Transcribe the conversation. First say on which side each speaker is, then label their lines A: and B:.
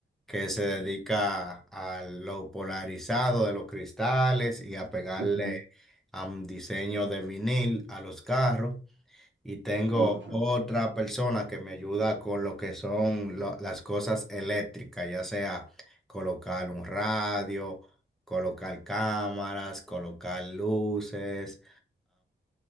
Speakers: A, in the centre; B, on the right.
A: que se dedica a lo polarizado de los cristales y a pegarle
B: Ujú.
A: a un diseño de vinil a los carros. Y tengo
B: Uh, ajá.
A: otra persona que me ayuda con lo que son lo- las cosas eléctricas, ya sea colocar un radio, colocar cámaras, colocar luces.